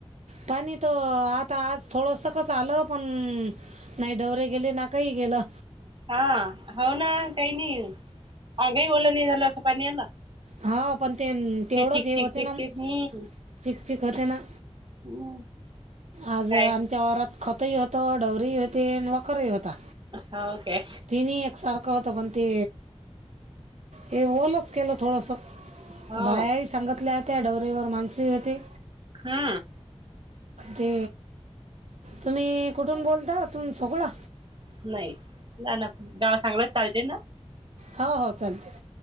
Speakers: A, on the right; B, on the right.
A: पाणी त आता आज थोडसकच आलं, पण नाही डवरे गेले ना काही गेलं.
B: हा हो ना <unintelligible> अंगही ऑल नाही झालं, असं पाणी आलं.
A: हा पण ते तेवढंच
B: ते चिक
A: हे
B: चिक
A: होते
B: चिक
A: ना म
B: चिक हम्म
A: चिक चिक होते ना,
B: हम्म
A: आज
B: काय
A: आम च्या रत खतही होतं, डवरही होते, वखरही होता.
B: हो काय
A: तीनही एकसार खं होतं पण ते, हे ओलच केलं थोडसं.
B: हो
A: बाहेर सांगतल्या, त्या डवरेवर माणसही होती.
B: हा.
A: ते तुम्ही कुठून बोलता, तून सगुना?
B: नाही, ना ना पण गाव सांगलंच चालते ना?
A: हो हो चालते,